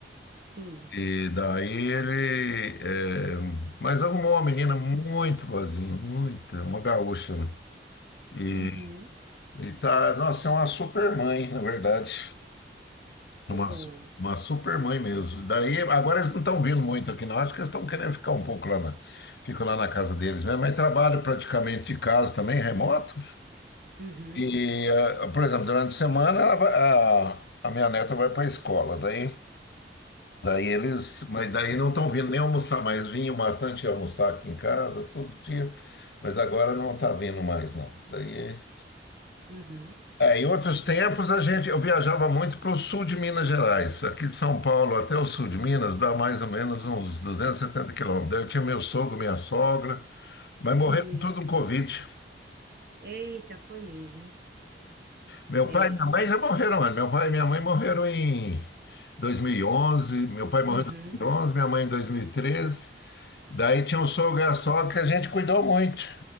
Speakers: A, on the right; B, on the left.
A: sim,
B: E daí ele, eh, mas arrumou uma menina muito boazinha, muito, uma gaúcha, né? E,
A: uhum,
B: e tá, nossa, é uma super mãe, na verdade.
A: que
B: Uma,
A: bom.
B: su- uma super mãe mesmo. Daí, agora eles não estão vindo muito aqui, não. Acho que eles estão querendo ficar um pouco lá na, ficam lá na casa deles mesmo. Mas trabalho praticamente de casa também, remoto.
A: Uhum,
B: E, eh, por exemplo, durante a semana ela vai- a, a minha neta vai para a escola. Daí, daí eles, mas daí não estão vindo nem almoçar mais. Vinham bastante almoçar aqui em casa todo dia, mas agora não está vindo mais, não. Daí
A: uhum,
B: É, em outros tempos a gente, eu viajava muito para o sul de Minas Gerais. Aqui de São Paulo até o sul de Minas dá mais ou menos uns 270 quilômetros. Daí Eu tinha meu sogro, minha sogra, mas
A: sim.
B: morreram tudo no Covid.
A: Eita, foi mesmo.
B: Meu
A: É,
B: pai e minha mãe já morreram antes. Meu pai e minha mãe morreram em dois mil e onze Meu pai morreu
A: uhum,
B: em dois mil e onze minha mãe em dois mil e treze Daí tinha um sogro e a sogra que a gente cuidou muito.